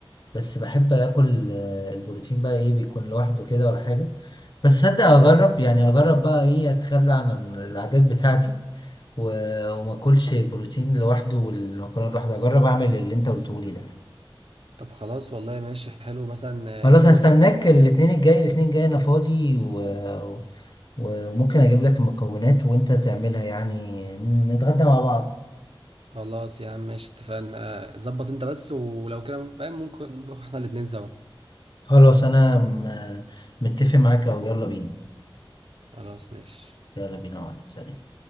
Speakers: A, on the left; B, on the right.
A: بس بحب اكل آه، البروتين بقى ايه بيكون لوحده كده ولا حاجه بس صدق اجرب يعني اجرب بقى ايه اتخلى عن العادات بتاعتي و- وما اكلش البروتين لوحده والمكرونه لوحده اجرب اعمل اللي انت قلته لي ده
B: طب خلاص والله ماشي حلو مثلا آه،
A: خلاص
B: انت
A: هستناك
B: مثلا
A: الاثنين الجاي الاثنين الجاي انا فاضي و... وممكن اجيب لك المكونات وانت تعملها يعني نتغدى مع بعض
B: خلاص يا عم ماشي اتفقنا آه، ظبط انت بس ولو كده فاهم، ممكن نروح احنا الاتنين سوا
A: خلاص انا م- متفق معاك او يلا بينا
B: خلاص ماشي
A: يلا بينا معاك سلام